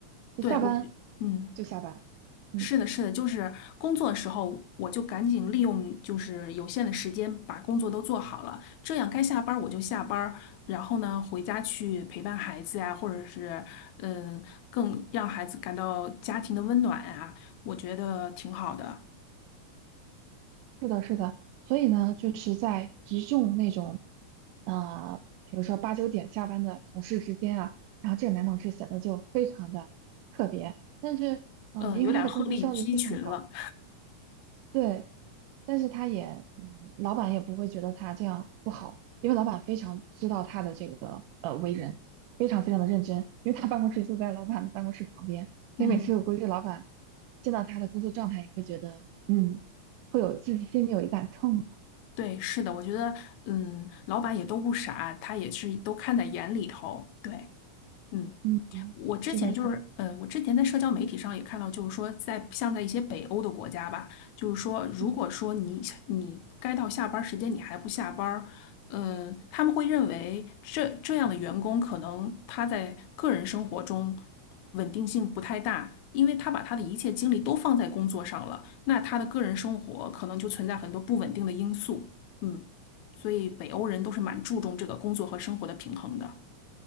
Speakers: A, on the right; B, on the left.
A: 就下班
B: 对我，嗯。
A: 就下班，嗯，
B: 是的，是的，就是工作的时候，我就赶紧利用就是有限的时间把工作都做好了，这样该下班儿我就下班儿，然后呢回家去陪伴孩子呀，或者是嗯，呃更让孩子感到家庭的温暖呀，我觉得挺好的。
A: 是的，是的，所以呢，就是在集中那种，呃，比如说八九点下班的同事之间啊，然后这个男同事显得就非常的特别，但是，嗯、
B: 嗯，
A: 因为他的工作效率非常高，
B: 有点鹤立鸡群了。
A: 对，但是他也，嗯老板也不会觉得他这样不好，因为老板非常知道他的这个呃为人，非常非常的认真，因为他办公室就在老板的办公室旁边，
B: 嗯，
A: 所以每次我估计老板见到他的工作状态也会觉得，嗯，会有自己心里有一杆秤。
B: 对，是的，我觉得嗯，老板也都不傻，他也是都看在眼里头。对，嗯。
A: 嗯，
B: 我之前就是，
A: 是的，是的，
B: 呃，我之前在社交媒体上也看到，就是说在，像在一些北欧的国家吧，就是说，如果说你你该到下班儿时间你还不下班儿，
A: 嗯
B: 呃，他们会认为这这样的员工可能他在个人生活中稳定性不太大，因为他把他的一切精力都放在工作上了，那他的个人生活可能就存在很多不稳定的因素，嗯，所以北欧人都是蛮注重这个工作和生活的平衡的。